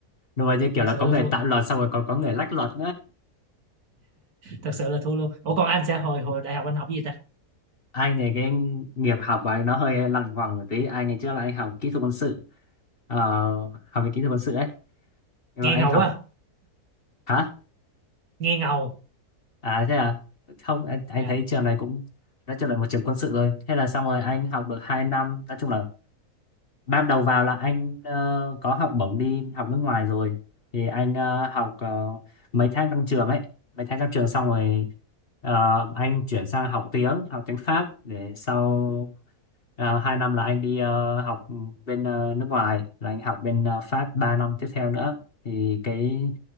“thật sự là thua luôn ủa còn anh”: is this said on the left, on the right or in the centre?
Right